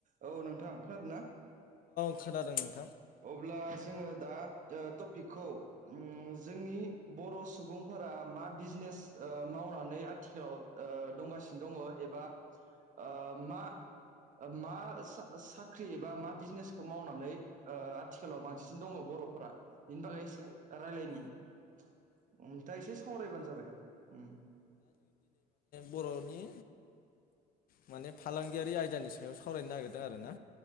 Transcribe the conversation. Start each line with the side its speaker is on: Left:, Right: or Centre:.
Right: औ नोंथां खोनादो ना?
Left: खोनादों नों
Right: अब्ला जोंङो दा ओ टपिकखौ उम जोंनि बर' सुबुंफोरा मा बिजनेस ओ मावनानै आथिखाव ओ दंगासिनो दङ एबा ओ मा मा सा साख्रि एबा मा बिजनेसखौ मावनानै ओ आथिखालाव बांसिन दङ बर' फोरा बिनि बागै एसे रायलायनि नोंथांङा एसे सावरायबानो जाबाय उम
Left: बर'नि माने फालांगियारि आयदानि सायाव सावरायनो नागिरदों आरो ना